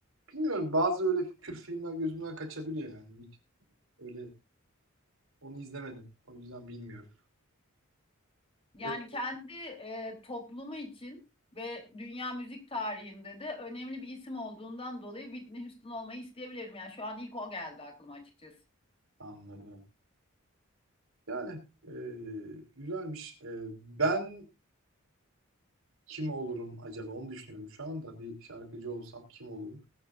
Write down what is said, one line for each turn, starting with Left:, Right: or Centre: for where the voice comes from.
Right: Bilmiyorum bazı öyle Kürt filmler gözümden kaçabiliyor yani. Hiç öyle onu izlemedim. O yüzden bilmiyorum.
Left: Yani
Right: Evet.
Left: kendi e, toplumu için ve dünya müzik tarihinde de önemli bir isim olduğundan dolayı Whitney Houston olmayı isteyebilirim. Yani şu an ilk o geldi aklıma açıkçası.
Right: Anladım. Yani e, güzelmiş. E, ben kim olurum acaba onu düşünüyorum. Şu anda bir şarkıcı olsam kim olurum?